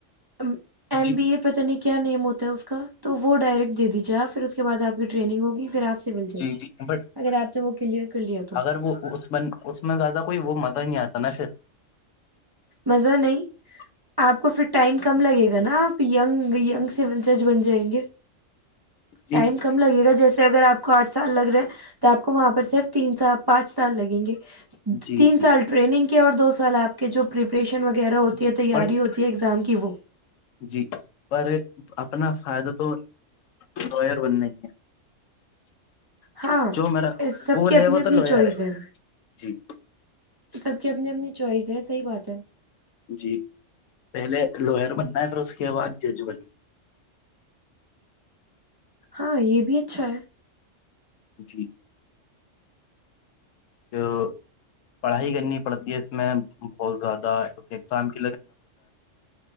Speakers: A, on the right (about 35°); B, on the left (about 80°).
A: <unintelligible> ایم
B: جی
A: بی ا پت نہیں کیا نیم ہوتا ہے اس کا <unintelligible> تو وہ ڈائریکٹ دے دیجیےا پھر اس کے بع آپ کی ٹرینگ ہوگی پھر آپ <unintelligible> سول جج
B: جی جی بٹ
A: اگر آپ نے وہ کلیئر کر لیا تو
B: اگر وہ
A: <unintelligible>
B: اس میں اس میں زیادہ کوئی وہ مزہ ہی نہیں آتا نا پھر
A: مزہ نہیں
B: <unintelligible>
A: آپ کو پھر ٹائم کم لگے گا نا آپ یگ یینگ
B: جی
A: سیول جج بن جائیں گے
B: جی
A: ٹائم کم لگے گا جیسے اگر آپ آٹھ سال لگ رہے ہیں تو آپ کو وہاں پر صرف تین سال پانچ سال لگیں گے
B: جی
A: تین
B: جی
A: سال ٹریننگ کے اور دو سال آپ کے جو پرریپریشن <unintelligible> وغیرہ ہوتی
B: جی
A: ہے تیاری
B: بٹ
A: ہوتی ہے ایگزام کی وہ <unintelligible>
B: جی پر اپنا فائدہ تو <unintelligible> ر بند نہیں ہے <unintelligible>
A: ہاں
B: جو میرا
A: سب
B: گول
A: کی اپنی
B: ہے وہ
A: اپنی
B: تو لوئر
A: چوائز ہے
B: جی <unintelligible>
A: سب کی اپنی اپنی چوائس ہے صحیح بات ہے <unintelligible>
B: جی پہلے لوئر بننا ہے پھر اس کے بعد جج بننا <unintelligible>
A: ہاں یہ بھی اچھا ہے
B: جی <unintelligible> تو پڑھائی کرنی پڑتی ہے اس میں بہت زیادہسام <unintelligible>